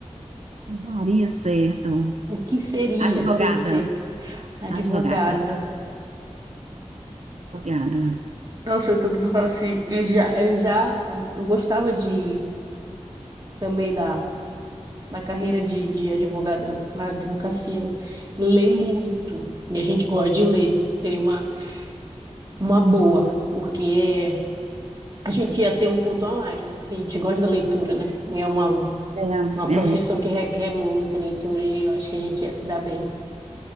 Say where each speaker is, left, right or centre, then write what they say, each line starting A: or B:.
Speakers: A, on the right; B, on the right.
A: não Daria certo.
B: O que seria
A: Advogada,
B: sem ser advogada?
A: advogada, advogada.
B: Nossa, quando tu fala assim, eu já, eu já, eu, eu gostava de também da, da carreira de, de advogada na advocacia. né? Ler muito. E a gente gosta de ler. Seria uma Uma boa, porque a gente ia ter um ponto a mais, né? Que a gente gosta da leitura, né? E é uma,
A: É,
B: uma
A: é,
B: profissão que requer muita leitura e eu acho que a gente ia se dar bem.